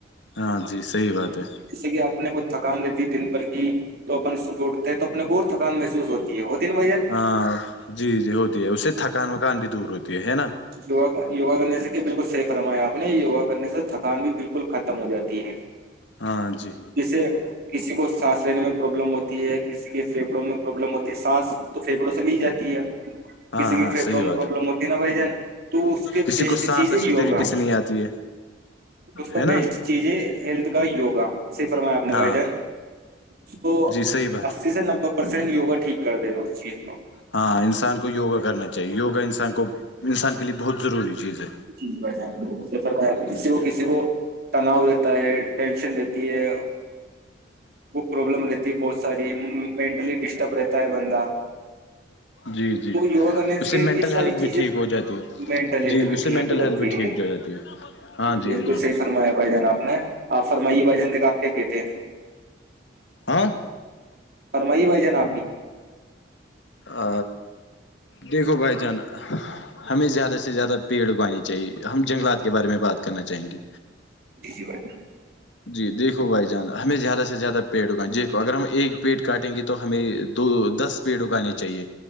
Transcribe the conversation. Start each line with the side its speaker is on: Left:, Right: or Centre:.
Left: ہاں جی صحیح بات ہے
Right: جیسے کہ آپ نے کچھ تھکان دیتی ہے دن بھر کی تو اپن صبح اٹھتے ہیں تو اپنے کو اور تھکان محسوس ہوتی ہے ہوتی نا وجہ
Left: ہاں جی جی ہوتی ہے اس سے تھکان وکان بھی دور ہوتی ہے نا
Right: یوا یوگا کرنے سے کہ بالکل سی فرمایا ہے آپ نے یوگا کرنے سے تھکان بھی بالکل ختم ہو جاتی ہے
Left: ہاں جی
Right: جسے کسی کو سانس لینے میں پروابلم ہوتی ہے کسی کے پھیپڑوں میں پرابلم ہوتی ہے سانس تو پھیپڑوں سے لی جاتی ہے
Left: ہاں
Right: کسی کے
Left: ہاں
Right: پھیپڑوں
Left: صحیح
Right: میں
Left: بات
Right: پروابلم ہوتی ہے نا بھائی جان تو اس کے
Left: کسی
Right: بیسٹ
Left: کو سانس
Right: چیز
Left: اچھی
Right: ہے یوگا
Left: طریقے سے نہیں آتی ہے
Right: اس کا
Left: ہے نا
Right: بیسٹ چیز کیجیے ہیلتھ کا یوگا صحیح ے فرمایا آپ نے
Left: ہاں
Right: بھائی جان اس کو
Left: جی صحیح بات
Right: اسی سے نوے پرسینٹ یوگا ٹھیک کر دےا اس چیز کو
Left: ہاں انسان کو یوگا کرنا چاہیے یوگا انسان کو انسان کے لیے بہت ضروری چیز ہے
Right: جی جی بھائی جان بلکل صحی فرمایا کسی کو کسی کو تناؤ رہتا ہے ٹینشن رہتی ہے وہ پرابلم رہتی بہت ساری مینٹلی ڈسٹرب رہتا ہے بندہ
Left: جی جی
Right: تو یوگا کرنے
Left: اس سے مینٹل
Right: یہ ساری
Left: ہیلتھ
Right: چیزیں
Left: بھی ٹھیک ہو جاتی ہے
Right: مینٹل ہیلتھ
Left: جی
Right: بھی
Left: اس
Right: ٹھیک
Left: سے مینٹل
Right: ہو جاتی
Left: ہیلتھ بھی
Right: ہے
Left: ٹھیک جاتی ہاں جی
Right: بالکل
Left: جی
Right: صحیح فرمایا بھائی جان آپ نے آپ فرمائیے بھائی جان دیکھ آپ کیا کہ تھے ہیں
Left: ہاں
Right: فرمائیے بھائی جان آپ
Left: ا دیکھو بھائی جان ہمیں زیادہ سے زیادہ پیڑ اگانی چاہیے ہمیں جنگلات کے بارے میں بات کرنا چاہیں گے
Right: جی جی بھائی جان
Left: جی دیکھو بھائی جان ہمیں زیادہ سے زیادہ پیڑ اگائیں دیکھو اگر ہم ایک پیڑ کاٹیں گے تو ہمیں دو دس پیڑ اگانے چاہیے